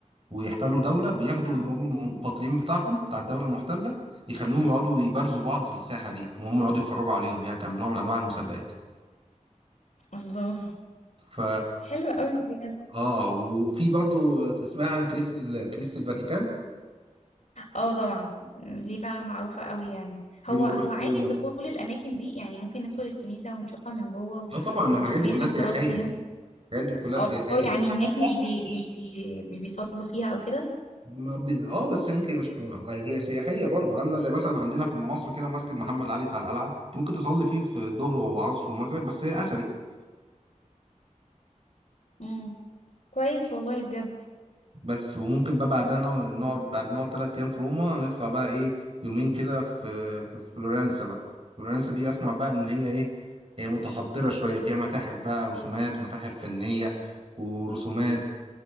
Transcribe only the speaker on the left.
آه.
الله
حلوة قوي بجد
اه طبعا دي فعلا معروفة قوي يعني
هو
هو
عادي
بدخول الأماكن دي يعني ممكن ندخل الكنيسة ونشوفها من جوه و-
ونشوف
يعني
التراث
فيها
اه
آه، يعني
هناك
مش بي
مش بي مش بيصلوا فيها أو كده
امم كويس والله بجد